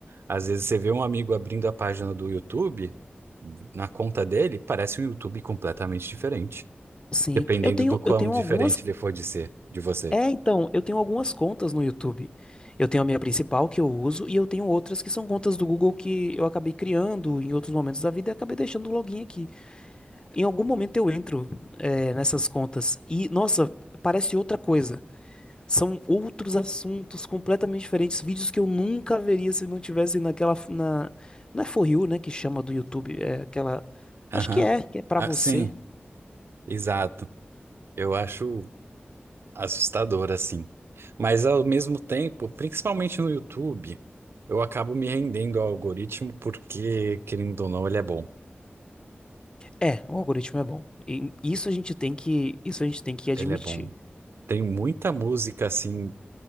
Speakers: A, on the right (about 85°); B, on the left (about 25°).
A: Às vezes você vê um amigo abrindo a página do YouTube, na conta dele, parece um YouTube completamente diferente.
B: Sim.
A: Dependendo
B: Eu tenho,
A: do quão
B: eu tenho
A: diferente
B: algumas
A: ele for de ser, de você.
B: É, então, eu tenho algumas contas no YouTube. Eu tenho a minha principal que eu uso e eu tenho outras que são contas do Google que eu acabei criando em outros momentos da vida e acabei deixando o login aqui. Em algum momento eu entro, é, nessas contas e, nossa, parece outra coisa. São outros assuntos completamente diferentes, vídeos que eu nunca veria se não tivesse naquela, na, não é For You, né, que chama do YouTube, é aquela,
A: Aham.
B: acho que é, que é pra
A: Ah,
B: você.
A: sim, exato. Eu acho assustador, assim. Mas ao mesmo tempo, principalmente no YouTube, eu acabo me rendendo ao algoritmo porque, querendo ou não, ele é bom.
B: É, o algoritmo é bom. E isso a gente tem que, isso a gente tem que admitir.
A: Ele é bom. Tem muita música, assim.